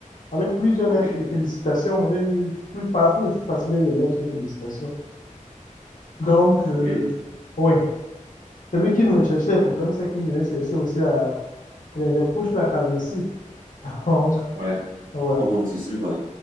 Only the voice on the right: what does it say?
ok,
ok,
ouais,
comme on dit, c'est vrai.